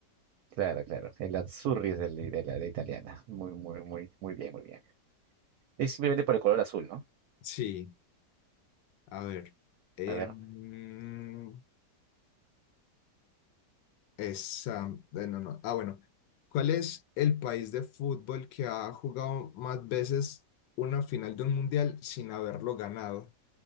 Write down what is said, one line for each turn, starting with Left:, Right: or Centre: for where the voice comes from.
Right: claro, claro. El Azzurri es del- de la de italiana. Muy, muy, muy, muy bien, muy bien. Es simplemente por el color azul, ¿no?
Left: Sí, a ver. Em,
Right: A ver.
Left: esa, eh, no, no. Ah, bueno. ¿Cuál es el país de fútbol que ha jugado más veces una final de un mundial sin haberlo ganado?